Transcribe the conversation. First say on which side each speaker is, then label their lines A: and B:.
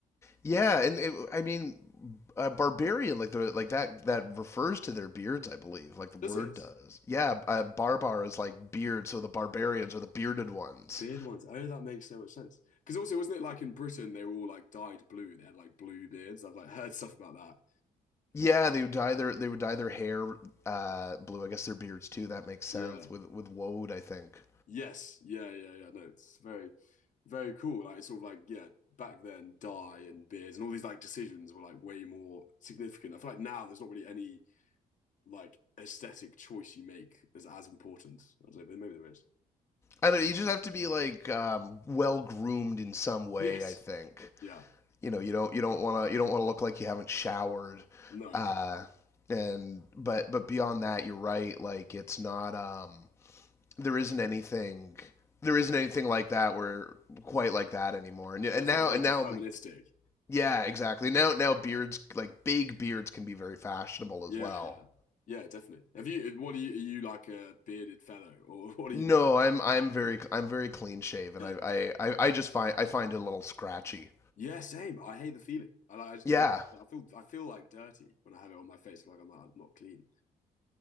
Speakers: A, on the left; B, on the left.
A: Yeah, and it, I mean, uh, barbarian like the like that that refers to their beards, I believe, like the word
B: does it
A: does. Yeah, uh, barbar is like beard, so the barbarians are the bearded ones.
B: The beard ones. Oh, that makes so much sense. Because also, wasn't it like in Britain they were all like dyed blue? They had like blue beards. I've like heard stuff about that.
A: Yeah, they would dye their they would dye their hair uh, blue. I guess their beards too. That makes sense
B: Yeah.
A: with with woad. I think.
B: Yes. Yeah. Yeah. Yeah. No, it's very, very cool. Like it's sort of like yeah, back then dye and beards and all these like decisions were like way more significant. I feel like now there's not really any like aesthetic choice you make is as important. I don't know, but maybe there is.
A: I don't. You just have to be like um, well groomed in some way.
B: Really? Yes.
A: I think.
B: Yeah.
A: you know you don't you don't want to you don't want to look like you haven't showered
B: No.
A: uh and but but beyond that you're right like it's not um there isn't anything there isn't anything like that where quite like that anymore and and
B: That's
A: now
B: not as like
A: and
B: deterministic.
A: now like yeah exactly now now beards like big beards can be very fashionable
B: Yeah,
A: as well
B: yeah. Yeah, definitely. Have you what are you are you like a bearded fellow or <laughs> what are
A: no
B: you what's
A: i'm i'm very i'm very clean shaven
B: Same.
A: i i i, I just find i find it a little scratchy
B: Yeah, same. I hate the feeling. I like I just
A: yeah
B: don't- I feel I feel like dirty when I have it on my face. Like I'm like, I'm not clean.